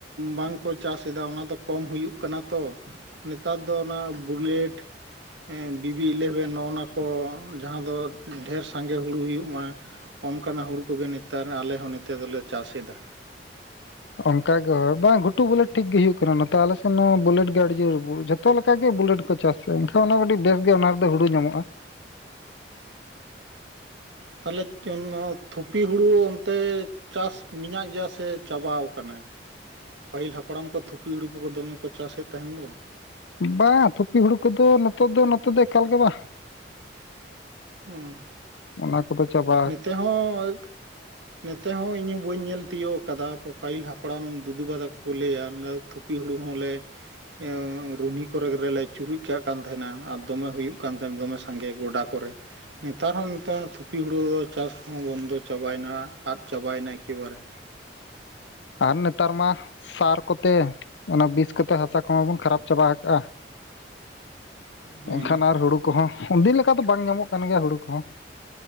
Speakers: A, on the right; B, on the left.
A: ᱵᱟᱝᱠᱚ ᱪᱟᱥ ᱮᱫᱟ ᱚᱱᱟ ᱫᱚ ᱠᱚᱢ ᱦᱩᱭᱩᱜ ᱠᱟᱱᱟ ᱛᱚ ᱱᱮᱛᱟᱨ ᱫᱚ ᱚᱱᱟ ᱵᱩᱞᱮᱴ ᱵᱤᱵᱤ ᱤᱞᱮᱯᱷ ᱵᱮ ᱱᱚᱜᱼᱚ ᱱᱟ ᱠᱚ ᱡᱟᱦᱟᱸ ᱫᱚ ᱰᱷᱮᱨ ᱥᱟᱸᱜᱮ ᱦᱩᱲᱩ ᱦᱩᱭᱩᱜ ᱢᱟ ᱚᱱᱠᱟᱱᱟᱜ ᱦᱩᱲᱩ ᱠᱚ ᱜᱮ ᱱᱮᱛᱟᱨ ᱟᱞᱮ ᱦᱚᱸ ᱱᱮᱛᱮ ᱫᱚᱞᱮ ᱪᱟᱥ ᱮᱫᱟ
B: ᱚᱱᱠᱟ ᱜᱮ ᱦᱳᱭ ᱵᱟᱝ ᱜᱷᱩᱴᱩ ᱵᱩᱞᱮᱴ ᱴᱷᱤᱠ ᱜᱮ ᱦᱩᱭᱩᱜ ᱠᱟᱱᱟ ᱱᱚᱛᱮ ᱟᱞᱮ ᱥᱮᱱ ᱵᱩᱞᱮᱴ ᱜᱮ ᱟᱹᱰᱤ ᱡᱳᱨ ᱦᱩ ᱡᱷᱚ ᱛᱚ ᱞᱮᱠᱟ ᱜᱮ ᱵᱩᱞᱟᱹᱴ ᱠᱚ ᱪᱟᱥᱟ ᱮᱱᱠᱷᱟᱱ ᱚᱱᱟ ᱠᱟᱹᱴᱤᱡ ᱵᱮᱥ ᱜᱮ ᱚᱱᱟ ᱨᱮᱫᱚ ᱦᱩᱲᱩ ᱧᱟᱢᱚᱜᱼᱟ
A: ᱛᱟᱦᱚᱞᱮ ᱛᱷᱩᱯᱤ ᱦᱩᱲᱩ ᱚᱱᱛᱮ ᱪᱟᱥ ᱢᱮᱱᱟᱜ ᱜᱮᱭᱟ ᱥᱮ ᱪᱟᱵᱟᱣ ᱠᱟᱱᱟ
B: <inaudible>
A: ᱯᱟᱹᱦᱤᱞ ᱦᱟᱯᱲᱟᱢ ᱠᱚ ᱛᱷᱩᱯᱤ ᱦᱩᱲᱩ ᱠᱚ ᱫᱚᱢᱮ ᱠᱚ ᱪᱟᱥ ᱮᱫ ᱛᱟᱦᱮᱸᱱ ᱫᱚ
B: ᱵᱟᱝ ᱛᱷᱩᱯᱤ ᱦᱩᱲᱩ ᱠᱚᱫᱚ ᱱᱤᱛᱚᱜ ᱫᱚ ᱱᱚᱛᱮ ᱫᱚ ᱮᱠᱟᱞ ᱜᱮ ᱵᱟᱝ
A: ᱦᱮᱸ
B: ᱚᱱᱟ ᱠᱚᱫᱚ ᱪᱟᱵᱟᱜ
A: ᱱᱤᱛᱮ ᱦᱚᱸ ᱱᱛᱮ ᱦᱚᱸ ᱤᱧ ᱦᱚᱸ ᱵᱟᱹᱧ ᱧᱮᱞ ᱛᱤᱭᱳᱜ ᱟᱠᱟᱫᱟ ᱯᱟᱹᱦᱤᱞ ᱦᱟᱯᱲᱟᱢ ᱫᱩᱫᱩ ᱵᱟ ᱛᱟᱠᱚ ᱠᱚ ᱞᱟᱹᱭᱟ ᱛᱷᱩᱯᱤ ᱦᱩᱲᱩ ᱦᱚᱸᱞᱮ ᱮ ᱨᱩᱦᱤᱱᱤ ᱠᱚᱨᱮ ᱨᱮᱞᱮ ᱪᱩᱨᱩᱡ ᱠᱟᱜ ᱠᱟᱱ ᱛᱟᱦᱮᱱᱟ ᱟᱨ ᱫᱚᱢᱮ ᱦᱩᱭᱩᱜ ᱠᱟᱱ ᱛᱟᱦᱮᱱᱟ ᱫᱚᱢᱮ ᱥᱟᱸᱜᱮ ᱜᱚᱰᱟ ᱠᱚᱨᱮ ᱱᱮᱛᱟᱨ ᱦᱚᱸ ᱱᱮᱛᱟᱨ ᱛᱷᱩᱯᱤ ᱦᱩᱲᱩ ᱫᱚ ᱪᱟᱥ ᱦᱚᱸ ᱵᱚᱱᱫᱚ ᱪᱟᱵᱟᱭᱮᱱᱟ ᱟᱫ ᱪᱟᱵᱟᱭᱮᱱᱟ ᱮᱠᱮ ᱵᱟᱨᱮ
B: ᱟᱨ ᱱᱮᱛᱟᱨ ᱢᱟ ᱥᱟᱨ ᱠᱚᱛᱮ ᱚᱱᱟ ᱵᱤᱥ ᱠᱚᱛᱮ ᱦᱟᱥᱟ ᱠᱚᱢᱟ ᱵᱚᱱ ᱠᱷᱟᱨᱟᱯ ᱪᱟᱵᱟ ᱟᱠᱟᱜᱼᱟ
A: ᱦᱮᱸ
B: ᱮᱱᱠᱷᱟᱱ ᱟᱨ ᱦᱩᱲᱩ ᱠᱚᱦᱚᱸ ᱩᱱᱫᱤᱱ ᱞᱮᱠᱟ ᱫᱚ ᱵᱟᱝ ᱧᱟᱢᱚᱜ ᱠᱟᱱ ᱜᱮᱭᱟ ᱦᱩᱲᱩ ᱠᱚᱦᱚᱸ